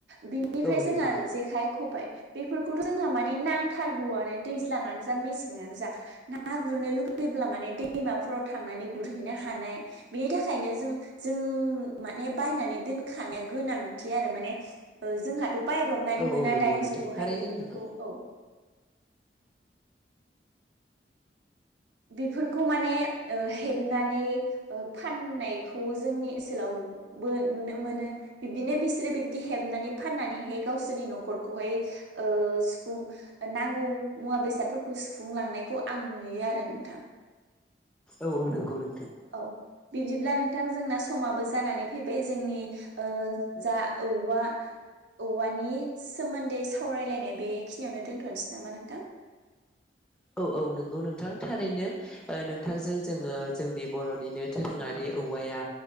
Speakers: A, on the right; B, in the centre.
A: बिनिफ्राय
B: औ
A: जोंहा
B: नंगौ
A: जेखाइ खबाइ बेफोरखौथ' जोंहा माने नांथारगौआनो दैज्लाङानो जा मेसेंआनो जा ना गुरनो लुुगै योब्ला माने दैमाफोराव थांनानै गुरहैनो हानाय बिनि था खायनो जों जों माने बायनानै दोनखानाया गोनांथि आरो माने ओ जोंहाथ' बायब्रबनानै
B: औ
A: मोना
B: औ नंगौ
A: दानि
B: नोंथां
A: जुगावहाय
B: थारैनो
A: बेफोरखौ
B: नंगौ
A: औ। बेफोरखौ माने ओ हेबनानै ओ फाननायखौ जोंनि ओनसोलाव आवबो नुनो मोनो बिब्दिनो बिसोरो बिब्दि हेबनानै फाननानैहाय गावसोरनि न'खरखौहाय ओ सुफुं ओ नांगौ मुवा बेसादफोरखौ सुफुंलांनायखौ आं नुयो आरो नों थां।
B: औ औ नोंगौ नों
A: औ बिबदिब्ला नों थां जोंना समाबो जानानै फैबाय जोंनि ओ जा औवा औवानि सोमोन्दै सावरायलायनाय बेखिनियावनो दोनथनसै नामा नोंथां?
B: <unintelligible> औ औ नोंगौ नोंथां थारैनो ओ नोंथांजों जोङो जोंनि बर'निनो दोरोङारि औवाया